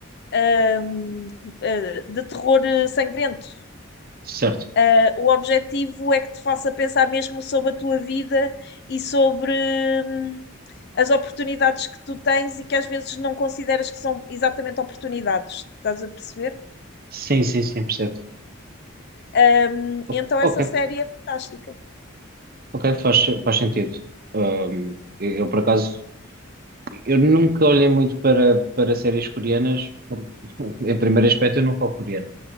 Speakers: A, on the left; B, on the right.
A: ah, hum, eh, de terror eh, sangrento.
B: Certo.
A: Uh, o objetivo é que te faça pensar mesmo sobre a tua vida e sobre hum, as oportunidades que tu tens e que às vezes não consideras que são exatamente oportunidades. Estás a perceber?
B: Sim, sim, sim, percebo.
A: Um,
B: O-
A: então essa
B: Ok,
A: série é fantástica.
B: ok, faz, faz sentido. Ahm, eu, eu, por acaso, eu nunca olhei muito para, para séries coreanas. porque, <laughs> Em primeiro aspecto, eu não falo coreano.